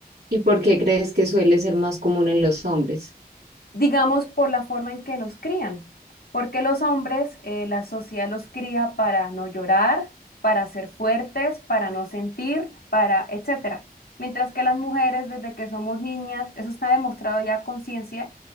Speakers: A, on the right; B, on the left.
A: ¿Y por qué crees que suele ser más común en los hombres?
B: digamos, por la forma en que nos crían. Porque los hombres, eh, la sociedad los cría para no llorar, para ser fuertes, para no sentir, para etcétera. Mientras que las mujeres, desde que somos niñas, eso está demostrado ya a conciencia,